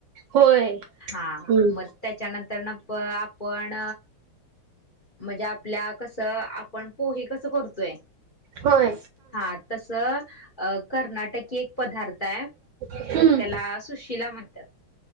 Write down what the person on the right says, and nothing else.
होय.
हम्म
होय
हम्म